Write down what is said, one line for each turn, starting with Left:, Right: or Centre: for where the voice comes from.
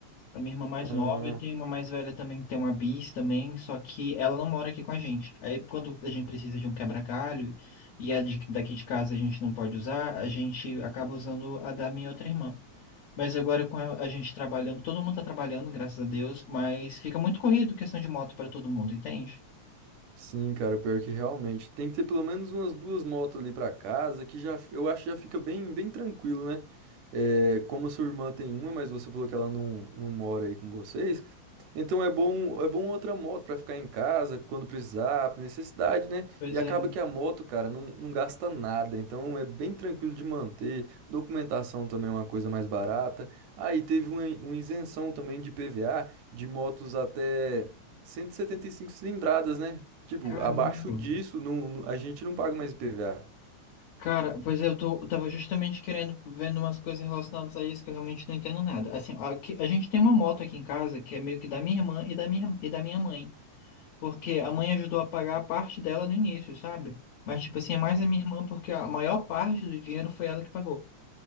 Left: A minha irmã mais
Right: Hum,
Left: nova, eu tenho uma mais velha também que tem uma bis também, só que ela não mora aqui com a gente. Aí quando a gente precisa de um quebra-galho e a de- daqui de casa a gente não pode usar, a gente acaba usando a da minha outra irmã. Mas agora com a a gente trabalhando, todo mundo tá trabalhando, graças a Deus, mas fica muito corrido questão de moto para todo mundo, entende?
Right: sim, cara, pior que realmente. Tem que ter pelo menos umas duas motos ali pra casa, que já eu acho que já fica bem, bem tranquilo, né? É, como a sua irmã tem uma, mas você falou que ela não, não mora aí com vocês. Então é bom, é bom outra moto para ficar em casa quando precisar, por necessidade, né?
Left: Pois
Right: E acaba
Left: é.
Right: que a moto, cara, não, não gasta nada, então é bem tranquilo de manter. Documentação também é uma coisa mais barata. Aí teve uma, uma isenção também de PVA de motos até cento e e setenta e cinco cilindradas, né? Tipo,
Left: Caramba.
Right: abaixo disso, não, não- a gente não paga mais IPVA.
Left: Cara, pois é, eu tô, eu tava justamente querendo, vendo umas coisas relacionadas a isso que eu realmente não entendo nada. Assim, aqui, a gente tem uma moto aqui em casa que é meio que da minha irmã e da minha, e da minha mãe. Porque a mãe ajudou a pagar a parte dela no início, sabe? Mas, tipo assim, é mais a minha irmã porque a maior parte do dinheiro foi ela que pagou.